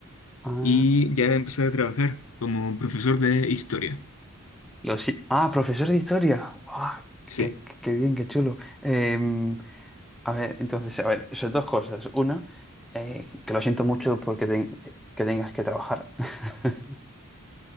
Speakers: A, in the centre; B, on the left.
A: Ah,
B: y ya empecé a trabajar como profesor de historia.
A: lo sí. Ah, profesor de historia. Guau,
B: Sí,
A: qué, qué bien, qué chulo. Em, A ver, entonces, a ver, son dos cosas. Una, eh, que lo siento mucho porque ten- que tengas que trabajar. <laughs>